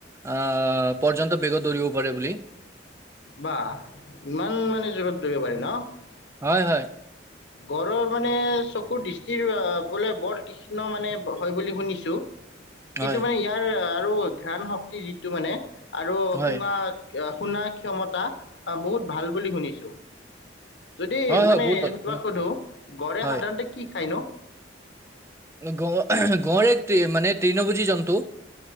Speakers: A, on the right; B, on the left.
A: আহ পৰ্যন্ত বেগত দৌৰিব পাৰে বুলি।
B: বা ইমান মানে জোৰত দৌৰিব পাৰে ন'?
A: হয় -হয়
B: গড়ৰ মানে চকুৰ দৃষ্টিৰ বোলে বৰ তীক্ষ্ণ মানে হয় বুলি শুনিছোঁ। কিন্তু
A: হয়
B: মানে ইয়াৰ আৰু ঘ্ৰাণ শক্তি যিটো মানে আৰু
A: হয়
B: সুঙা শুনা ক্ষমতা বহুত ভাল বুলি শুনিছো। যদি
A: হয় হয়
B: মানে
A: বহুত ভাল
B: তোমাক সুধো গড়ে
A: হয়
B: সাধাৰণতে কি খায় নু?
A: গ -গড়ে মানে তৃণভোজী জন্তু